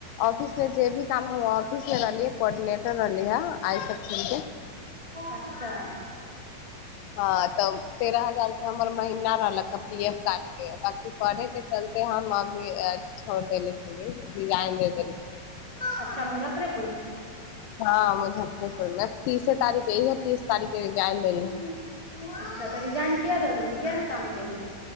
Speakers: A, on the left; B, on the right.
A: ऑफिस कें जे भी काम हम ऑफिस मे रहलिए कोडिनेटर रहलिए आय तक
B: अच्छा
A: हाँ त तेरह हजार हमर महीना रहलक पी एफ कार्ड के बाकी पढ़े के चलते हम अभी छोड़ देले छली डिजाइने
B: अच्छा मुझजाप अपे
A: हँ मुजफ्फरपुरमे तीसे तारीख यह है तीस तारीखके रिजाइन
B: अच्छा
A: लेली है
B: तऽ रिजाइन किया ददेलिए किया ने काम केलूँ